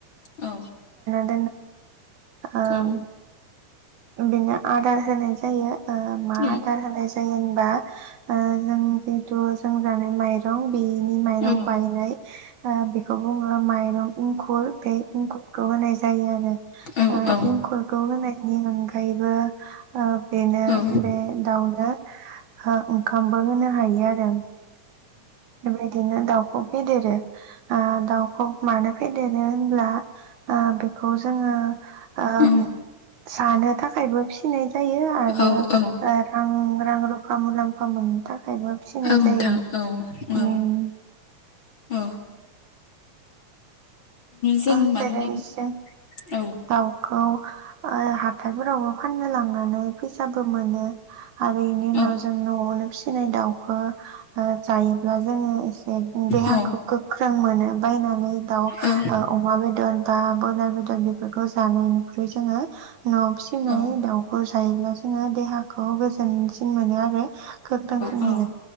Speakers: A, on the left; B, on the right.
A: औ
B: <unintelligible> आं
A: औ
B: बिनो आदार होनाय जायो। ओ मा
A: औ
B: आदार होनाय जायो होनबा, ओ जों बेथ' जों जानाय माइरं बेनि माइरं
A: औ औ
B: बायनाय, आ बेखौ बुङो माइरं इंखुर बे इंखुरखौ होनाय जा <unintelligible> दा
A: औ औ
B: इंखुरखौ होनाय नि अनगायैबो बेनो
A: औ
B: बे दाउनो ओंखामबो होनो हायो आरो। बेबायदिनो दाउखौ फेदेरो आ दावखौ मानो फेदेरो होनब्ला बेखौ जोङो ओ
A: औ
B: जानो था खायबो फिसिनाय जायो आरो
A: औ औ
B: रां रां रुफा मुलाम्फा मोननो थाखायबो फिसिनाय
A: औ नोंथां
B: जायो।
A: औ
B: उम
A: औ औ। जों
B: आ
A: माने
B: जेरै जों
A: औ
B: दाव आव हाथायफोरावबो फाननो लांनानै फैसाबो मोनो आरो इनि उनाव
A: औ
B: जों नआवनो फिसि नाय दाउखौ जायोब्ला जोङो देहाखौ
A: औ
B: गोख ख्रों मोनो बायनानै दाउ
A: औ
B: अमा बेदर दा ब्रयलार बेदर बेफोरखौ जानायनिख्रुइ जोङो। नआव फिसिनाय
A: औ
B: दाउफोर थायोब्ला जोङो देहाखौ गोजोनसिन मोनो। आरो गोख्रोंसिन
A: औ नोंथां औ
B: मोनो